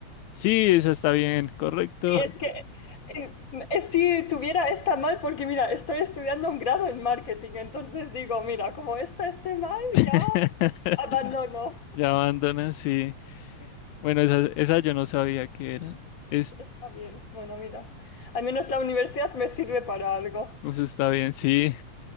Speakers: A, on the left (about 85°); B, on the left (about 30°).
A: Sí, esa está bien, correcto.
B: Sí, es que eh, eh, si tuviera esta mal, porque mira, estoy estudiando un grado en marketing, entonces digo, mira, como esta esté mal,
A: <laughs>
B: ya abandono.
A: Ya abandona, sí.
B: Sí,
A: Bueno, esa, esa yo no sabía que era. Es,
B: Está bien, bueno, mira, al menos la universidad me sirve para algo.
A: eso está bien, sí.